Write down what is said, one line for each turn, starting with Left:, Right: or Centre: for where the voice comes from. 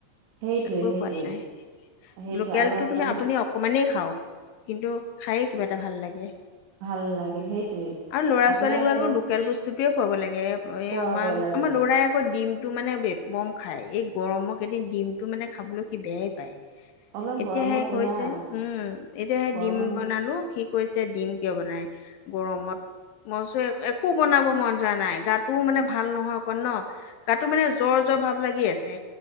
Right: সেইটোৱে
Left: একো
Right: সেইটোৱে
Left: সোৱাদ নাই
Right: সেইটোৱে
Left: লোকেলটো,
Right: আৰু আপোনাৰ
Left: তুমি আপুনি অকমানেই খাওঁ, কিন্তু খায়েই কিবা এটা ভাল লাগে।
Right: ভাল লাগে সেইটোৱে
Left: আৰু ল'ৰা
Right: আপোনাৰ
Left: ছোৱালীক বাৰু
Right: এতিয়া
Left: লোকেল বস্তুটোৱে খুৱাব লাগে। অ',
Right: খুৱাব
Left: এই আমাৰ,
Right: লাগে
Left: আমাৰ লৰাই আকৌ ডিমটো মানে এক কম খায়, এই গৰমৰ কেইদিন ডিমটো মানে খাবলৈ সি বেয়াই পায়।
Right: অলপ
Left: এতিয়াহে
Right: গৰমত বেয়া
Left: কৈছে, উম, এতিয়াহে
Right: গৰমত
Left: দিম বনালো কি কৈছে দিম কিয় বনাই, গৰমত, মই কৈছো একো বনাব মন যোৱা নাই, গাত টো মানে ভাল নহয় অকণ ন, গাটো মানে জ্বৰ, জ্বৰ ভাৱ লাগি আছে।